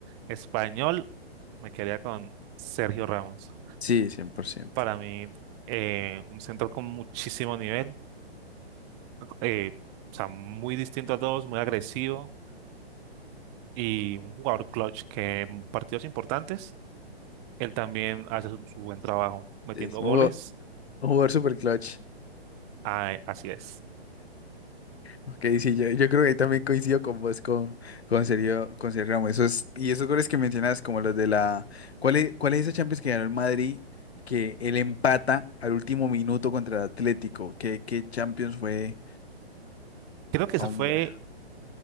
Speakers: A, on the right; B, on the left.
A: Español, me quedaría con Sergio Ramos.
B: Sí, 100%.
A: Para mí, eh, un central con muchísimo nivel, eh, o sea, muy distinto a todos, muy agresivo y un jugador clutch que en partidos importantes, él también hace su, su buen trabajo metiendo
B: Sí, sí.
A: goles.
B: Un jugador, un jugador super clutch.
A: Ah, eh, así es.
B: Ok, sí, yo, yo creo que ahí también coincido con vos, con, con Sergio, con Sergio Ramos. Esos, y esos goles que mencionas, como los de la... ¿Cuál es, cuál es esa Champions que ganó el Madrid, que él empata al último minuto contra el Atlético? ¿Qué, qué Champions fue?
A: Creo que esa
B: Hombre.
A: fue,